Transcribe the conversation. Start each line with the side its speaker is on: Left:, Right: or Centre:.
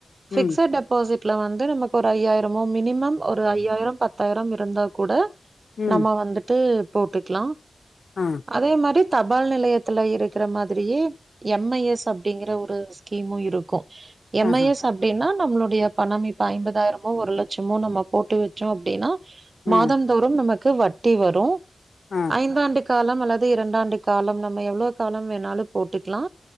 Right: ஃபிக்செட்
Left: ம்
Right: டெப் டபோசிட்ல வந்து நமக்கு ஒரு ஐயாயிரமோ மினிமம் ஒரு ஐயாயிரம் பத்தாயிரம் இருந்தா கூட
Left: ம்
Right: நம்ம வந்துட்டு போட்டுக்லா
Left: ஆஹ்
Right: அதே மாரி தபால் நிலையத்துல இருக்குற மாதிரியே எம் ஐ எஸ் அப்படிங்குற ஒரு ஸ்கீமு இருக்கு எம்ஐஎஸ்
Left: ஆஹா
Right: அப் அப்டின்னா நம்மளுடைய பணம் இப்ப ஐம்பதாயிரமோ ஒரு லட்சமோ நம்ம போட்டு வச்சோ அப்டின்னா மாதம்
Left: ஆ
Right: தோறும் நமக்கு வட்டி வரு
Left: அஹ்
Right: ஐந்தாண்டு காலம் அல்லது இரண்டாண்டு காலம் நம்ம எவ்ளவு காலம் வேணாலு போட்டுக்கலா